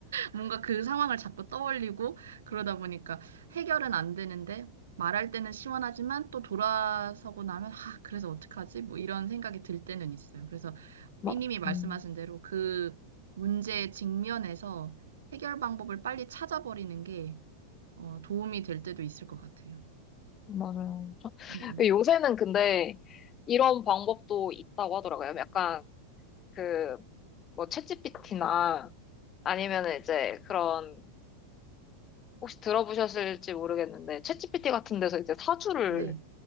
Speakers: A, on the right; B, on the left.
A: 뭔가 그 상황을 자꾸 떠올리고 그러다 보니까 해결은 안 되는데 말할 때는 시원하지만 또 돌아서고 나면 아, 그래서 어떡하지? 뭐 이런 생각이 들 때는 있어요. 그래서
B: 마,
A: 삐님이 말씀하신
B: 음,
A: 대로 그 문제의 직면에서 해결 방법을 빨리 찾아버리는 게 어, 도움이 될 때도 있을 것 같아요.
B: 맞아요.
A: 음, 음.
B: 요새는 근데 이런 방법도 있다고 하더라고요. 약간 그 뭐 챗GPT나 아니면 이제 그런 혹시 들어보셨을지 모르겠는데 챗GPT 같은 데서 이제 사주를
A: 네.